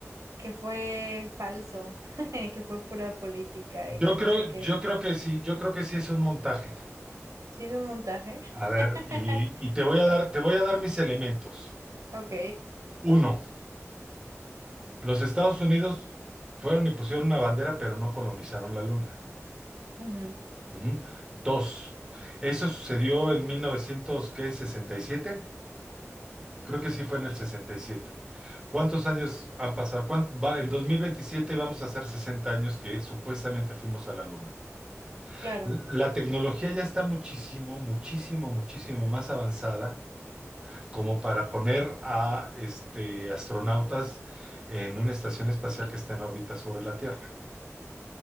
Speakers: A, on the right; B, on the right.
A: que fue falso, <laughs> que fue pura política
B: Yo
A: y que no
B: creo,
A: sé qué.
B: yo creo que sí, yo creo que sí es un montaje.
A: ¿Sí es un montaje?
B: A ver,
A: <laughs>
B: y, y te voy a dar, te voy a dar mis elementos.
A: Ok,
B: Uno, los Estados Unidos fueron y pusieron una bandera, pero no colonizaron la Luna.
A: ujú,
B: Ujú. Dos, eso sucedió en mil novecientos qué, sesenta y siete. Creo que sí fue en el 67. ¿Cuántos años han pasado? ¿Cuán- va- en 2027 vamos a hacer 60 años que supuestamente fuimos a la Luna.
A: claro,
B: La tecnología ya está muchísimo, muchísimo, muchísimo más avanzada. como para poner a este, astronautas en una estación espacial que está en órbita sobre la Tierra.